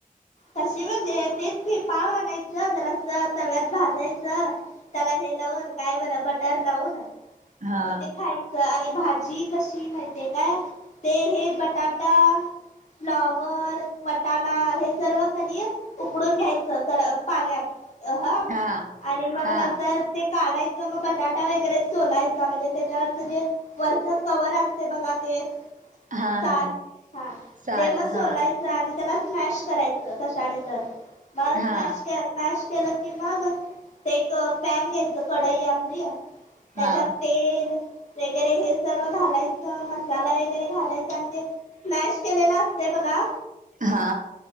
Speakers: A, on the left; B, on the right.
A: तशी म्हणजे तेच की पाव आणायचं जरास तव्यात भाजायचं त्याला हे लावून ना काय बरं बटर लावून आणि
B: हा
A: ते खाय आणि भाजी कशी माहितीय काय ते हे बटाटा फ्लॉवर वटाणा हे सर्व कनी उकडून घ्यायचं गर पाल्यात ह
B: हा
A: आणि मग
B: हा
A: नंतर ते काढायच मग बटाटा वगैरे सोलायचा म्हणजे त्याच्यावरच जे वरच कवर असते बघा ते
B: हा
A: साल
B: हा
A: ह
B: चाल
A: ते मग
B: हा
A: सोलाय च आणि त्याला स्मॅश करायचं कशाने तर मघ
B: हा
A: स्मॅश मॅश केलं की मग ते एक पॅन घ्यायचं कढई आपली त्याच्यात
B: हा
A: तेल वगैरे हे सर्व घालायचं मसाला वगैरे घालायचा आणि तेे स्मॅश केलेला असते बघा
B: हा